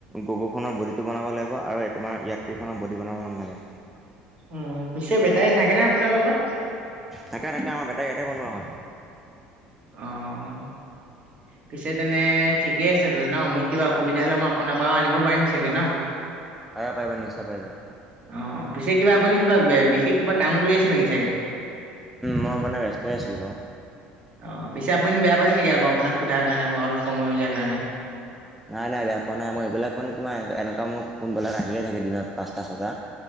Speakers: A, in the centre; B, on the right.
A: গগ খনৰ বডি টো বনাব লাগিব আৰু তোমাৰ ইয়াত্ৰীখনৰ বডি বনাব নালাগে।
B: উম, পিছে বেটাৰী থাকে ন আপোনাৰ লগত।
A: থাকে থাকে আমাৰ বেটাই ইয়াতে বনোৱা হয়।
B: আহ পিছে তেনে ঠিকে আছে ন মোৰ কিবা অসুবিধা হ'লে মই আপোনাৰ পৰাও আনিব পাৰিম চাগে ন।
A: পাৰিবা পাৰিবা নিশ্বয় পাৰিবা।
B: অ' পিছে কিবা আপুনি কিবা বিশেষ কিবা কাম কৰি আছে নেকি চাগে?
A: মই মানে ব্যস্ত হৈ আছিলোঁ বাৰু।
B: অ' পিছে আপুনি বেয়া পাইছে নেকি আকৌ আপোনাক সোধাৰ কাৰণে, মই অলপ সময় উলিয়াৰ কাৰণে?
A: নাই নাই বেয়া পোৱা নাই মই এইবিলাক মানে তোমাৰ এনেকুৱা মোক ফোনবালাই আহিয়ে থাকে দিনত পাঁচটা ছটা।